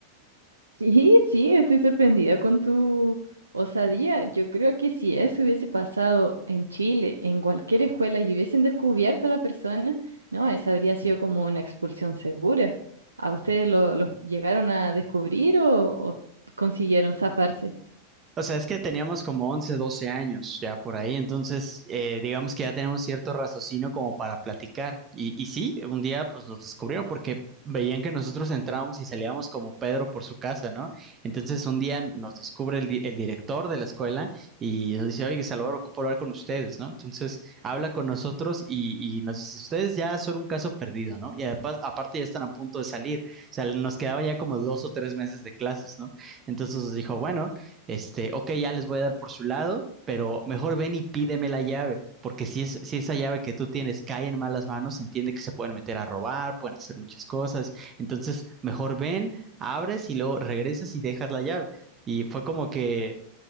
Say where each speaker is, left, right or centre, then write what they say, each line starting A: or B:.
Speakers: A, on the right (about 80°); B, on the right (about 25°).
A: Sí, sí, estoy sorprendida con tu osadía. Yo creo que si eso hubiese pasado en Chile, en cualquier escuela, y hubiesen descubierto a la persona, no, esa habría sido como una expulsión segura. ¿A ustedes lo, los llegaron a descubrir o, o consiguieron zafarse?
B: O sea, es que teníamos como 11, 12 años ya por ahí, entonces eh, digamos que ya tenemos cierto raciocinio como para platicar. Y, y sí, un día pues nos descubrieron porque veían que nosotros entrábamos y salíamos como Pedro por su casa, ¿no? Entonces un día nos descubre el, di- el director de la escuela y nos dice, oye, Salvador, ocupo hablar con ustedes, ¿no? Entonces habla con nosotros y, y nos dice, ustedes ya son un caso perdido, ¿no? Y además, aparte ya están a punto de salir, o sea, nos quedaba ya como dos o tres meses de clases, ¿no? Entonces nos dijo, bueno, este, ok, ya les voy a dar por su lado, pero mejor ven y pídeme la llave, porque si, es, si esa llave que tú tienes cae en malas manos, se entiende que se pueden meter a robar, pueden hacer muchas cosas, entonces mejor ven, abres y luego regresas y dejas la llave. Y fue como que